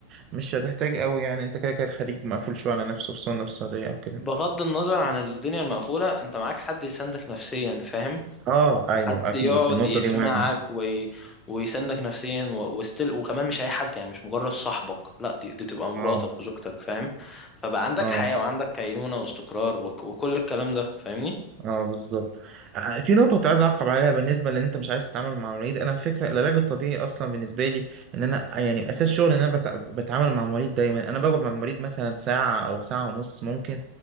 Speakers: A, on the right; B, on the left.
A: مش هتحتاج قوي يعني انت كده كده الخليج مقفول شوية على نفسه خصوصا لو في السعودية او كده
B: بغض النظر عن الدنيا المقفولة انت معاك حد يساندك نفسيا فاهم
A: اه ايوه
B: حد
A: اكيد
B: يقعد
A: النقطه
B: يسمعك
A: دي مهمه
B: وي... ويساندك نفسيا و... وستيل وكمان مش اي حد يعني مش مجرد صاحبك لا دي, دي تبقى
A: اه
B: مراتك وزوجتك فاهم فبقى عندك
A: اه
B: حياة وعندك كينونة واستقرار وك... وكل الكلام ده فاهمني
A: اه بالظبط آه، آه، في نقطه كنت عايز اعقب عليها بالنسبه لان انت مش عايز تتعامل مع مريض انا فكره العلاج الطبيعي اصلا بالنسبه لي ان انا يعني اساس شغل ان انا بت- بتعامل مع مريض دايما انا بقعد مع المريض مثلا ساعه او ساعه ونص ممكن